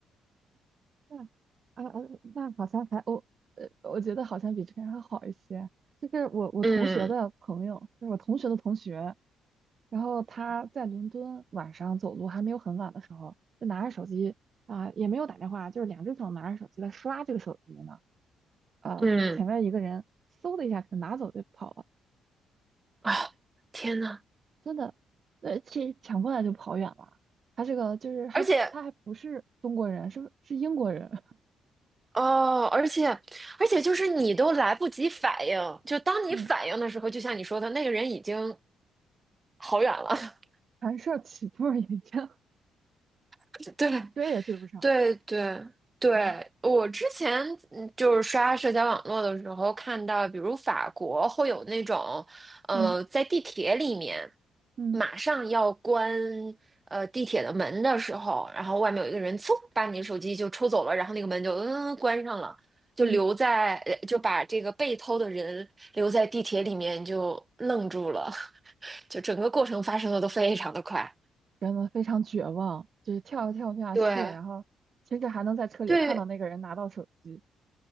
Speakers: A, on the right; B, on the right.
A: 那啊啊，那好像还我呃，我觉得好像比这边还好一些。就是我我同学的朋友，
B: 嗯
A: 就是我同学的同学，然后他在伦敦晚上走路还没有很晚的时候，就拿着手机啊、也没有打电话，就是两只手拿着手机在刷这个手机呢。啊、
B: 嗯
A: 前面一个人嗖的一下给他拿走就跑了，
B: 啊，天呐，
A: 真的，呃，这抢过来就跑远了。他这个就是还他还不是中国人，
B: 而且
A: 是是英国人，
B: 哦，而且而且就是你都来不及反应，就当你反应的时候，
A: <laughs> 嗯，
B: 就像你说的，那个人已经好远了，
A: 寒舍起步也这样，
B: <laughs> 对。
A: <laughs> 追也追不上。
B: 对对对，
A: 嗯，
B: 我之前嗯就是刷社交网络的时候看到，比如法国会有那种，呃，
A: 嗯
B: 在地铁里面
A: 嗯
B: 马上要关呃地铁的门的时候，然后外面有一个人嗖把你手机就抽走了，然后那个门就嗯关上了，就留在呃就把这个被偷的人留在地铁里面就愣住了，
A: 嗯，
B: <laughs> 就整个过程发生的都非常的快，
A: 真的非常绝望，就是跳也跳不下去，
B: 对。
A: 然后其实还能在车里看到那个人拿到手机。
B: 对，